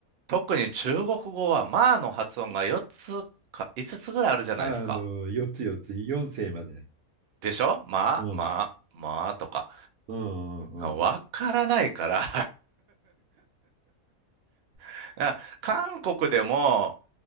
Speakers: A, on the right; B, on the right.
A: 特に中国語は、まあの発音が4つか5つつぐらいあるじゃないですか。
B: あの、4つ4つ、4世まで。
A: でしょまあ、
B: うん、
A: まあ、まあとか。
B: うん、うん
A: わからないから <laughs> 韓国でも、